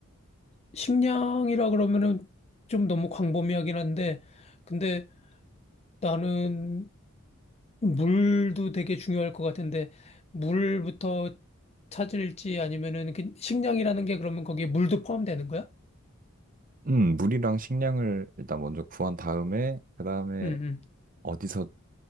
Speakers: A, on the left; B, on the right.
A: 식량이라 그러면은 좀 너무 광범위하긴 한데, 근데 나는 물도 되게 중요할 것 같은데, 물부터 찾을지 아니면은 그 식량이라는 게 그러면 거기에 물도 포함되는 거야?
B: 음, 물이랑 식량을 일단 먼저 구한 다음에 그다음에
A: 응,
B: 어디서